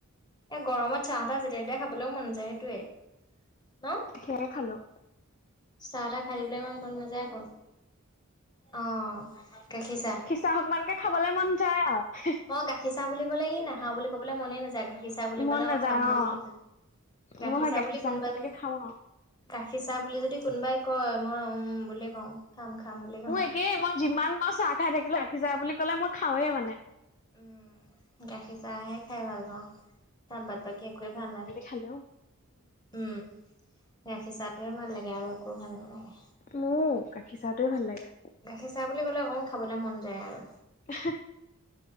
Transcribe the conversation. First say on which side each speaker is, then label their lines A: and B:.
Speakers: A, on the left (about 20°); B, on the left (about 35°).
A: এই গৰমত চাহ - তাহ যেতিয়া তেতিয়াই খাবলৈও মন যায় সেইটোৱে ন?
B: খেৰে খালো।
A: চাহ - তাহ খাই দিবলৈ ইমান মন নাযায় আকৌ অ গাখীৰ চাহ।
B: চাহক মানকে খাবলে মন যায় আৰু হি।
A: অ গাখীৰ চাহ বুলি কলে ই নাখাও বুলি ক'বলৈ মনেই নাযায়, গা খীৰ চাহ বুলি
B: মন
A: কলে মই
B: নাযায়
A: খাম খাম
B: অ
A: বুলি কয়, গাখীৰ
B: মই সেই
A: চাহ বুলি কোনবা
B: অকনকে
A: যে
B: খাওঁ আৰু
A: গাখীৰ চাহ বুলি যদি কোনোবাই কয়, মই উম উম বুলি কওঁ, খাম খাম বুলি কওঁ।
B: তাকেই মই যিমান মই চাহ খাই থাকিলো গাখীৰ চাহ বুলি ক'লে মই খাওঁৱে মানে।
A: উম, গাখীৰ চাহহে খাই ভাল পাওঁ, তাৰ বাদ বাকী একোৱেই ভাল নালাগে।
B: খালোঁ।
A: উম, গাখীৰ চাহটোৱে ভাল লাগে আৰু একো ভাল নালাগে।
B: মোৰ গাখীৰ চাহটোয়ে ভাল লাগে।
A: গাখীৰ চাহ বুলি ক'লে অকণমান খাবলৈ মন যায় আৰু।
B: এ হে।